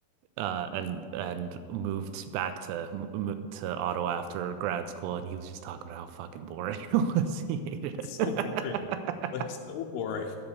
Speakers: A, on the right (about 80°); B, on the left (about 80°).
A: uh and and moved back to m m- to Ottawa after grad school and he was just talking about how fucking boring <laughs> it was. He hated
B: It's so
A: it.
B: boring. Like so boring.